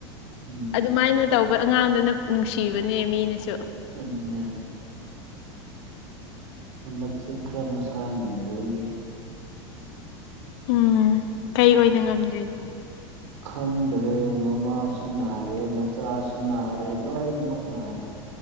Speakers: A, on the right; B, on the left.
A: ꯎꯝ
B: ꯑꯗꯨꯃꯥꯏꯅ ꯇꯧꯕ ꯑꯉꯥꯡꯗꯨꯅ ꯅꯨꯡꯁꯤꯕꯅꯦ ꯃꯤꯅꯁꯨ
A: ꯑꯗꯨ ꯑꯗꯨꯟꯅꯦ ꯍꯟꯗꯛꯁꯦ ꯈꯔ ꯃꯁꯥ ꯉꯝꯗꯕꯒꯤ
B: ꯎꯝ ꯀꯩ ꯑꯣꯏꯅ ꯉꯝꯗ꯭ꯔꯤꯅꯣ
A: ꯈꯪꯗ꯭ꯔꯦ ꯃꯃꯥꯁꯨ ꯅꯥꯔꯦ ꯃꯆꯥꯁꯨ ꯅꯥꯔꯦ ꯂꯣꯏꯅꯃꯛ ꯅꯥꯔꯦ